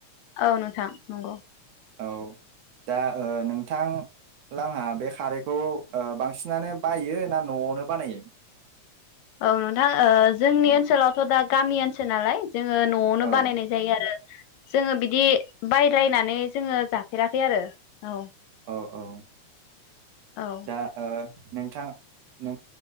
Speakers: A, on the left; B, on the right.
A: औ नोंथां नंगौ
B: औ दा ओ नोंथां लांहा बे खारैखौ ओ बांसिनानो बायो ना न'आवनो बानायो
A: औ नोंथां ओ जोंनि ओनसोलावथ' दा गामि ओनसोल नालाय जोंङो न'आवनो
B: औ
A: बानायनाय जायो आरो जोंङो बिदि बायलायनानै जोंङो जाफेराखै आरो औ
B: ओ औ
A: औ
B: दा ओ नोंथां नों